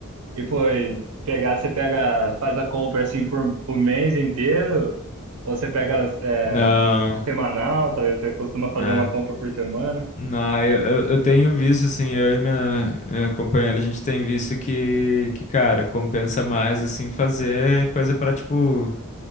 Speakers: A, on the right; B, on the left.
A: e pô, e pegar, você pega, faz a compra assim por, por mês inteiro, ou você pega é,
B: Não,
A: semanal, talvez você costuma fazer
B: é.
A: uma compra por semana.
B: Não, eu, eu, eu tenho visto, assim, eu e minha, minha companheira, a gente tem visto que, que, cara, compensa mais, assim, fazer coisa pra, tipo.